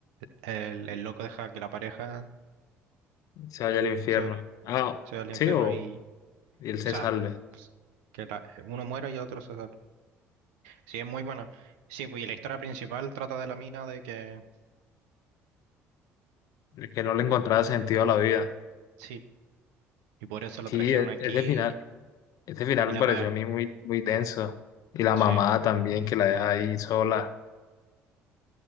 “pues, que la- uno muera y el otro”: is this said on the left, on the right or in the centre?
Right